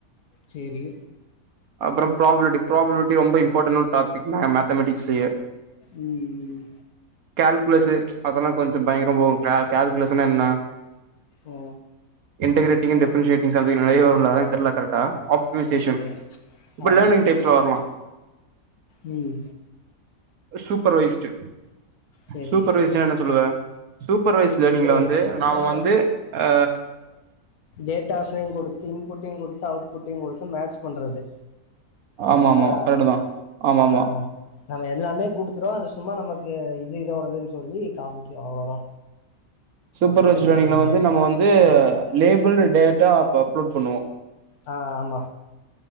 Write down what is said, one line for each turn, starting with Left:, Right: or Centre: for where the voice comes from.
Left: சேரி
Right: அப்றம் ப்ராபிலிட்டி ப்ராபிலிட்டி ரொம்ப இம்பார்டனான டாபிக் மேத்தமெடிக்ஸ்லயே
Left: ம் ம்
Right: கேல்குலேசு அதெலாங் கொஞ்சம் பயங்கரமபோகு கே கேல்குலஷனா என்னா
Left: ஓ
Right: இன்டரகரேட்டிங்க்க டிஃபரெண்ட்ஷியேட்டிங்ஸ் சம்திங் நெலைய வருல அது எனக் தெர்ல கரெக்டா அப் ன்ஷேஷன்
Left: ஓகே
Right: இப்டி
Left: ஆ
Right: லேர்னிங் டைப்ஸ்லா வர்லா
Left: ம்
Right: சூப்பர்வைஸ்ட்டு
Left: சேரி
Right: சூப்பர்வைஸுனா என்ன சொல்லுவே சூப்பர்வைஸ்
Left: சூப்பர்வைசிங்னா
Right: லேர்னிங்ல வந்து நாம வந்து அ
Left: டேட்டாஸையுங் குடுத்து இன்புட்டையுங் குடுத்து அவுட்புட்டையுங் குடுத்து மேட்ச் பண்றது
Right: ஆமா
Left: கர்ட்டா
Right: ஆமா கரெக்ட்டு தா ஆமா
Left: ஆ
Right: ஆமா
Left: நம்ம எல்லாமே குடுத்துறோ அது சும்மா நமக்கு இது இதோடதுன் சொல்லி காமிக்கு அவ்ளோதா
Right: சூப்பர்வைஸ்
Left: மத்தபடி எதுவு
Right: லேர்னிங்ல
Left: பண்ணாது
Right: வந்து நம்ம வந்து லேபிள் டேட்டா அப்ப அப்லோட் பண்ணுவோ
Left: ஆ ஆமா